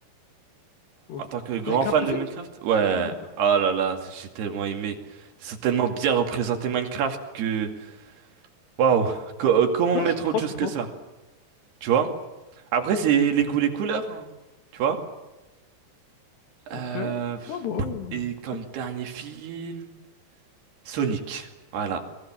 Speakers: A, on the left; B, on the right.
A: Ok.
B: en tant que grand
A: Minecraft,
B: fan
A: le
B: de
A: film?
B: Minecraft. Ouais.
A: Ok, d'accord.
B: Ah là là, j'ai tellement aimé. Ils ont tellement bien représenté Minecraft que... Waouh. Co- euh, comment
A: Non,
B: mettre
A: je comprends,
B: autre
A: je
B: chose
A: comprends.
B: que ça? Tu vois? Après, c'est les goûts, les couleurs. hein, Tu vois? Euh,
A: Ok. Ah, bon,
B: et
A: ouais,
B: comme
A: ok,
B: dernier film, Sonic. Voilà.